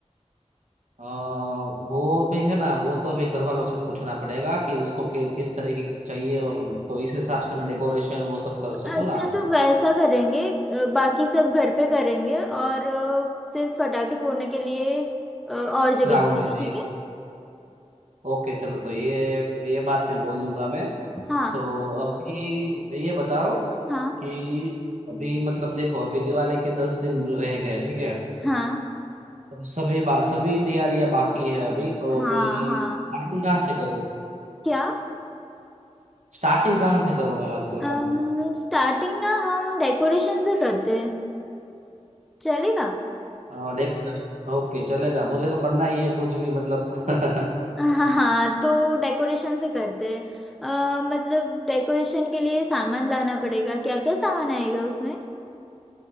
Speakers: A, on the right (about 75°); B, in the centre.
A: अ, वो भी है ना वो तो अभी घर वालों से पूछना पड़ेगा कि उसको कि, किस तरीके की चाहिए और तो इस हिसाब से मैं डेकोरेशन वो सब कर सकूँ
B: अच्छा
A: ना
B: तो वैसा करेंगे अ, बाकी सब घर पे करेंगे और अ, सिर्फ पटाखे फोड़ने के लिए अ, और जगह
A: ग्राउंड
B: जाएंगे
A: में चाहिए
B: ठीक है
A: ओके चलो तो ये ये बात मैं बोल दूंगा मैं
B: हाँ
A: तो अभी ये बताओ
B: हाँ
A: कि अभी मतलब देखो अभी दिवाली के दस दिन रह गए ठीक है
B: हाँ
A: तो सभी बा, सभी तैयारियां बाकी है अभी तो
B: हाँ
A: अभी
B: हाँ
A: स्टार्टिंग कहाँ से करूँ
B: क्या
A: स्टार्टिंग कहाँ से करूँ मैं मतलब
B: हम स्टार्टिंग ना हम डेकोरेशन से करते हैं चलेगा
A: हाँ देखना ओके चलेगा मुझे तो करना ही है कुछ भी मतलब <laughs>
B: <laughs> हाँ हाँ तो डेकोरेशन से करते हैं अ, मतलब डेकोरेशन के लिए सामान लाना पड़ेगा क्या क्या सामान आएगा उसमें